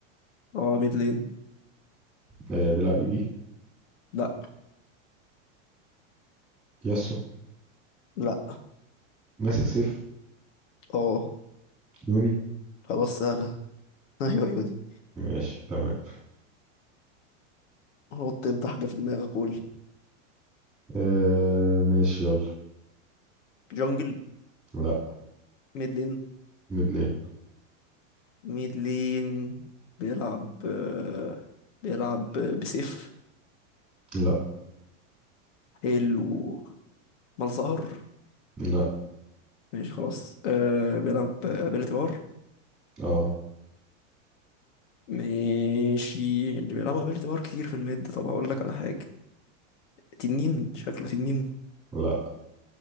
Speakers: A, on the left; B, in the centre.
A: اه ميد لين
B: آه بيلعب اي بي
A: لا
B: ياسو
A: لا
B: ماسك سيف
A: اه
B: يوني
A: خلاص سهلة <laughs> ايوه عيوني
B: ماشي تمام
A: حط انت حاجة في دماغك قول
B: آه ماشي يلا
A: جونجل
B: لا
A: ميد لين
B: ميد لين
A: ميد لين بيلعب آه، بيلعب بسيف
B: لا
A: حلو مالظهر
B: لا
A: ماشي خلاص أه بيلعب ابيلتي بار
B: اه
A: ماشي اللي بيلعبوا ابيلتي بار كتير في الميد طب هقول لك على حاجة تنين شكله تنين
B: لا